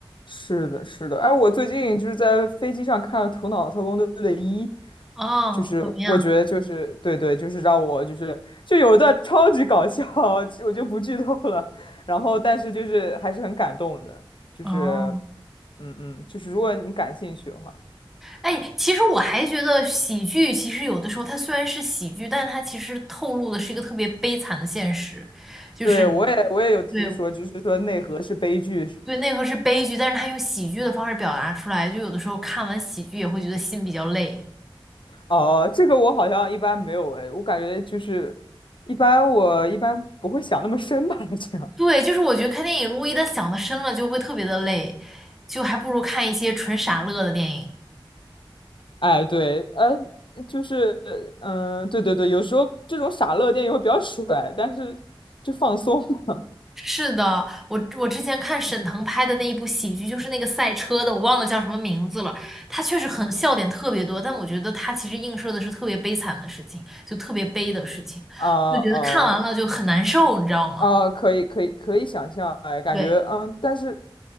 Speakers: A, on the left; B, in the centre.
A: 是的，是的。哎，我最近就是在飞机上看了《头脑特工队》的一，
B: 啊。
A: 就是我觉得就是对对，
B: 怎么样？
A: 就是让我就是就有一段超级搞笑，<laughs> 我就不剧透了。然后，但是就是还是很感动的，就是
B: 哦，
A: 嗯嗯，就是如果你感兴趣的话，
B: 哎，其实我还觉得喜剧其实有的时候它虽然是喜剧，但它其实透露的是一个特别悲惨的现实，就是
A: 对我也我也有听说，
B: 对
A: 就是说内核是悲剧什么的。
B: 对，内核是悲剧，但是它用喜剧的方式表达出来，就有的时候看完喜剧也会觉得心比较累。
A: 哦，这个我好像一般没有哎，我感觉就是一般我一般不会想那么深吧，<laughs> 这样。
B: 对，就是我觉得看电影如果一旦想的深了，就会特别的累，就还不如看一些纯傻乐的电影。
A: 哎，对，呃，就是，嗯，对对对，有时候这种傻乐电影会比较甩，但是就放松嘛，
B: 是的，我我之前看沈腾拍的那一部喜剧，就是那个赛车的，我忘了叫什么名字了。他确实很笑点特别多，但我觉得他其实映射的是特别悲惨的事情，就特别悲的事情，
A: <laughs> 啊啊
B: 就觉得看完了就很难受，你知道吗？
A: 啊，可以可以可以想象，哎，感觉，
B: 对，
A: 嗯，但是